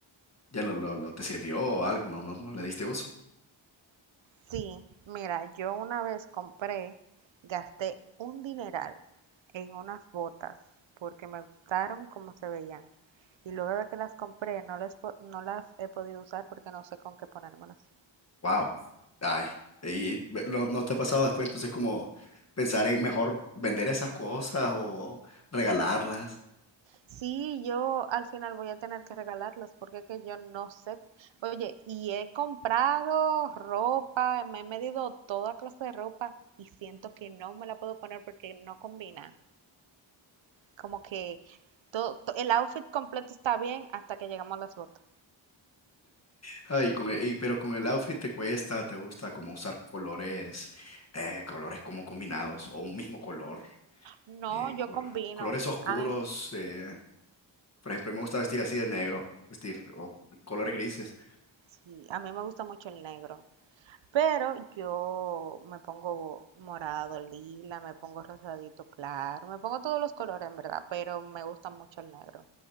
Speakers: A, on the left (about 35°); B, on the right (about 75°).
A: ya lo, lo, lo- te sirvió o algo, no, no, no le diste uso.
B: Sí, mira, yo una vez compré, gasté un dineral en unas botas porque me gustaron cómo se veían. Y luego de que las compré, no las, po- no las he podido usar porque no sé con qué ponérmelas.
A: Wow. Ay, y ve- lo- ¿no te ha pasado después entonces como pensar en mejor vender esas cosas o regalarlas?
B: Sí, yo al final voy a tener que regalarlos porque es que yo no sé. Oye, y he comprado ropa, me he medido toda clase de ropa y siento que no me la puedo poner porque no combina. Como que todo, to- el outfit completo está bien hasta que llegamos a las botas.
A: Ay, con el- y- pero con el outfit te cuesta, te gusta como usar colores, eh, colores como combinados o un mismo color,
B: No,
A: eh,
B: yo
A: col-
B: combino.
A: colores oscuros.
B: A mí,
A: eh, por ejemplo, me gusta vestir así de negro, vestir o colores grises,
B: sí, a mí me gusta mucho el negro, pero yo me pongo morado, lila, me pongo rosadito claro, me pongo todos los colores en verdad, pero me gusta mucho el negro.